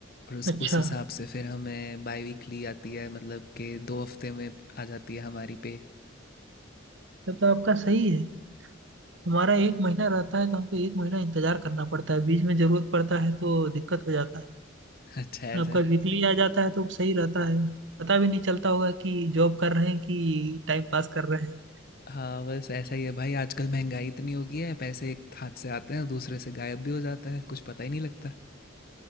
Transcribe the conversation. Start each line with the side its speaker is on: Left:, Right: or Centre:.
Left: उस
Right: अच्छा
Left: उस हिसाब से फिर हमें बाई वीकली आती है मतलब कि दो हफ्ते में आ जाती है हमारी पे
Right: तब तो आपका सही है हमारा एक महीना रहता है तो हमको एक महीना इंतजार करना पड़ता है बीच में जरूरत पड़ता है तो दिक्कत हो जाता है
Left: <laughs> अच्छा ऐसा
Right: आपका
Left: है
Right: वीकली आ जाता है तो सही रहता है पता भी नहीं चलता होगा कि जॉब कर रहे हैं कि टाइम पास कर रहे हैं
Left: हाँ, बस ऐसा ही है भाई आजकल महंगाई इतनी हो गई है पैसे एक हाथ से आते हैं दूसरे से गायब भी हो जाते हैं कुछ पता ही नहीं लगता